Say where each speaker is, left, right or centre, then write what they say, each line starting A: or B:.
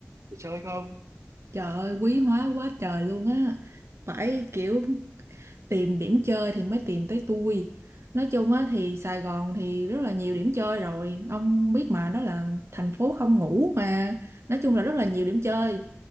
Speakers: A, on the right (about 85°); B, on the right (about 65°).
A: để chơi không?
B: Trời ơi, quý hóa quá trời luôn á. Phải kiểu tìm điểm chơi thì mới tìm tới tôi. Nói chung á thì Sài Gòn thì rất là nhiều điểm chơi rồi. Ông biết mà, đó là thành phố không ngủ mà. Nói chung là rất là nhiều điểm chơi.